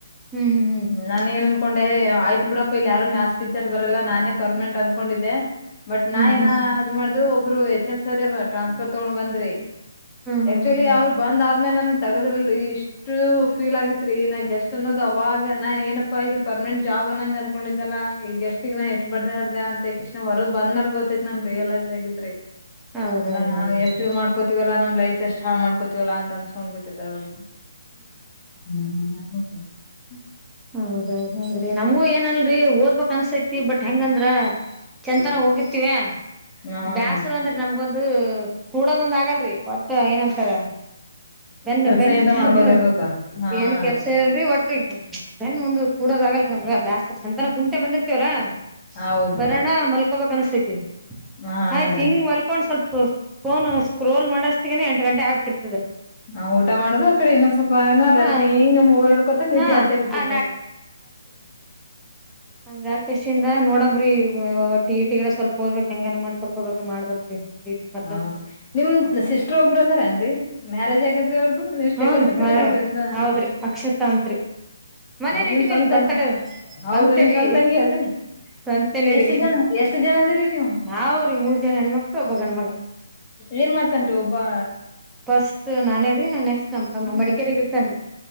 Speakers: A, in the centre; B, on the left (about 30°).
A: ಹ್ಮ್
B: ನಾನು ಅನಕೊಂಡೆ ಆಯ್ತ್ ಬಿಡಪ್ಪಾ, ಇಲ್ಲಿ ಯಾರು ಮ್ಯಾಥ್ಸ ಟೀಚರ್ ಬರಲ್ಲ ನಾನೇ ಪರ್ಮನೆಂಟ್ ಅನ್ಕೊಂಡಿದ್ದೆ. ಬಟ್ ನಾ ಏನ
A: ಹ್ಮ್ ಹ್ಮ್ ಹ್ಮ್
B: ಮಾಡ್ದ್ರು ಒಬ್ಬರು ಹೆಚ್, ಎಂ ಸರ್ ಟ್ರಾನ್ಸ್ಫರ್ ತಗೊಂಡ್ ಬಂದ್ರ ರಿ.
A: ಹ್ಮ್ ಹ್ಮ್ ಹ್ಮ್ ಹ್ಮ್
B: ಆಕ್ಚುಲಿ
A: ಹ್ಮ್ ಹ್ಮ್ ಹ್ಮ್
B: ಅವರು ಬಂದ್ ಆದ್ಮೇಲೆ ನನ್ ತಗದ್ರಲ್ರಿ ಇಷ್ಟು ಫೀಲ್ ಆಗಿತ್ರಿ, ನಾನ ಗೆಸ್ಟ್ ಅನ್ನೋದು ಅವಾಗ ನಾನ್ ಏನಪ್ಪಾ ಇದು ಪರ್ಮನೆಂಟ್ ಜಾಬ್ ಅಂತ ಅನ್ಕೊಂಡಿದ್ದಲ್ಲ ಈಗ ಗೆಸ್ಟ್ ಇಷ್ಟಕ ನಾ ಎಷ್ಟ ಬಡ್ದಾಡಿದ ಅಂತ ಕೆಷಿಂದ ಹೊರಗ ಬಂದ ಮೇಲೆ ಗೋತ್ತೈತ ನನ್ಗ ರಿಯಲೈಸ್ ಆಗಿದ್ರಿ.
A: ಹೌದೌದೌದೌದು
B: ಅಲ್ಲಾ ನಾವು ಎಷ್ಟುಇದು ಮಾಡ್ಕೋತೀವಲ್ಲಾ, ನಮ್ ಲೈಫ್ ಎಷ್ಟ್ ಹಾಳ ಮಾಡ್ಕೋತೀವಲ್ಲಾ ಅಂತ ಅನ್ಸ್ಕೊಂಡ್ ಬಿಟ್ಟಚಅವಗ. ನ <inaudible>
A: ಹೌದೌದ್ರೆ <unintelligible> ನಮಗೂ ಏನಲ್ರಿಓದ್ಬೇಕ್ ಅನ್ಸ್ತೈತಿ ಬಟ್ ಹೆಂಗಂದ್ರ ಚಂತಾನ ಹೋಗಿರ್ತಿವ್ಯಾ,
B: ಹ್ಮ್
A: ಬ್ಯಾಸರ
B: ಹ್ಮ್
A: ಅಂದ್ರಿ ನಮ್ಗೊಂದು ಕೂಡೋದೊಂದ ಆಗಲ್ರಿ ಒಟ್ಟ ಏನ್ ಅಂತಾರ ಬೆನ್ನು
B: ಕೆಲ್ಸ
A: -ಬೆನ್ನ
B: ಏನ್ರ
A: ಪ್ರಾಬ್ಲಮ್
B: ಮಾಡ್ಕೋತ ಇರ್ಬೇಕ ಹಾನ್
A: ಏನ್ ಕೆಲ್ಸ ಇರಲ್ರಿ ಒಟ್ಟ ಬೆನ್ನು ಒಂದ್ ಕೂಡೋದ ಆಗಲ್ರಿನಮಗ ಬ್ಯಾಸ್ರ ಚಂತಾನ ಕುಂತೆ ಬಂದಿರ್ತವಲ್ಲಾ
B: ಹೌದ್ರಿ
A: ಬರೋಣ ಮಲ್ಕೋಬೇಕ್ ಅನಸ್ತೈತಿ.
B: ಹಾನ್ರಿ
A: ಆಯ್ತು, ಹಿಂಗ್ ಹೊಲ್ಕೊಂಡ್ ಸ್ವಲ್ಪ ಫೋನ್ ಸ್ಕ್ರೋಲ್ ಮಾಡಸ್ತಗನೆ ಎಂಟು ಗಂಟೆ ಆಗಬಿಟ ಇರ್ತದ.
B: ನಾವ್ ಊಟ ಮಾಡುದು ಅ ಕಡೆ ಇನ್ನೊಂದ ಸ್ವಲ್ಪ ಆಮೇಲೆ
A: ಹಾ
B: ರೆಸ್ಟ್ ಹಿಂಗ ಮೊಬಲ್, ಸ್ವಲ್ಪ ಹೊತ್ತಿಗೆ ನಿದ್ದೆ
A: ಹಾ
B: ಹತ್ತೇ ಬಿಟ್ಟಿತ್ರದ.
A: ಆ ಹಂಗಹಾಗಿ ಕೆಷಿಯಿಂದ ನೋಡಂಬ್ರಿ ಟಿ, ಇ, ಟಿಗೆಲ್ಲ ಸ್ವಲ್ಪ, ಹ, ಓದಬೇಕ ಹೆಂಗನೆ ಮಾಡ್ ತಕೋಬೇಕ ಮಾಡ್ಬೇಕ್ರಿ, ಟಿ ಇ ಟಿ ಮೊದ್ಲ
B: ಹೌದು, ನಿಮ್ ಸಿಸ್ಟ್ರ ಒಬ್ಬರು ಅದಾರೇಏನ್ರಿ ಮ್ಯಾರೇಜ್ ಆಗೆದ್ರಿ ಅವ್ರ್ದ. ನೀವ್ ಸ್ಟೇಟಸ್
A: ಹೂನ್
B: ಇಟ್ಟಿದ್ರೆ
A: ರೀ
B: ನೋಡ್ರಿ ಅದ್ನಾ,
A: ಹೌದ್ರಿ ಅಕ್ಷತಾ ಅಂತ್ರಿ ಮನೇನ್
B: ನಿಮ್
A: ಇಟ್ಟಿನಲ್ಲಿ
B: ಸ್ವಂತಂಗಿ,
A: ಬರ್ತಡ
B: ಹೌದು
A: ಸಂತೆರಿ
B: ನಿಮ್ ಸ್ವಂತಂಗಿ ಅಲ್ರಿ
A: ಸಂತೆನೇ
B: ಎಷ್ಟ
A: ರೀ
B: ಜನ, ಎಷ್ಟು ಜನ ಅದಿರಿ ನೀವು
A: ನಾವ್ರೀ ಮೂರ್ ಜನ ಹೆಣ್ಮಕ್ಳು ಒಬ್ಬ ಗಂಡ್ಮಗ
B: ಏನ್ ಮಾಡ್ತನ್ರಿ ಒಬ್ಬಾ,,
A: ಫಸ್ಟ್ ನಾನೇ ರಿ ನೆಕ್ಸ್ಟ್, ನಮ್ ತಮ್ಮ
B: ಹ್ಮ,
A: ಮಡಿಕೇರಿಗ್ ಇರ್ತನ್ರಿ